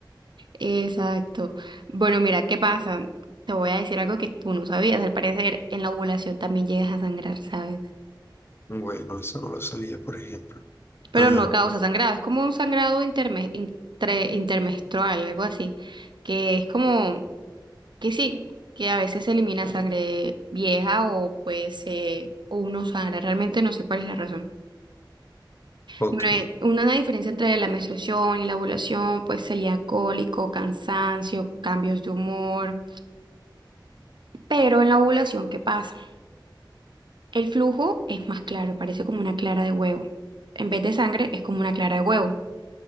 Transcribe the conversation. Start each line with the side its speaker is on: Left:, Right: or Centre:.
Right: Exacto. Bueno, mira, ¿qué pasa? Te voy a decir algo que tú no sabías. Al parecer, en la ovulación también llegas a sangrar, ¿sabes?
Left: Bueno, eso no lo sabía, por ejemplo.
Right: pero
Left: Ah,
Right: no causa sangrado, es como un sangrado interme- intre- intermenstrual, algo así, que es como que sí, que a veces se elimina sangre vieja o pues eh, o uno sangra, realmente no sé cuál es la razón.
Left: ok,
Right: Bueno, eh, una diferencia entre la menstruación y la ovulación, pues sería cólico, cansancio, cambios de humor, pero en la ovulación, ¿qué pasa? El flujo es más claro, parece como una clara de huevo. En vez de sangre, es como una clara de huevo.